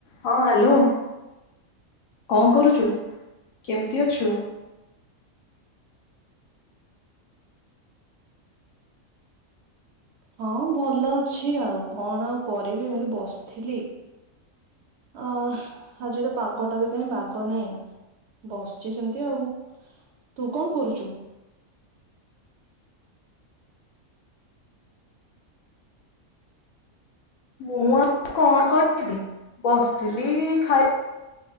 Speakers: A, on the left; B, on the right.
A: ହଁ ହ୍ୟାଲୋ। କଁ କରୁଛୁ କେମିତି ଅଛୁ?
B: ହଁ ଭଲ ଅଛି ଆଉ କଣ ଆଉ କରିବି ଏମିତି ବସିଥିଲି। ଆଁ ଆଜି ର ପାଗ ଟା ବି କାହିଁ ବାଗ ନାହିଁ। ବସିଛି ସେମିତି ଆଉ ତୁ କଣ କରୁଛୁ?
A: ମୁଁ ଆଉ କଣ କରିବି ବସିଥିଲି ଖାଇ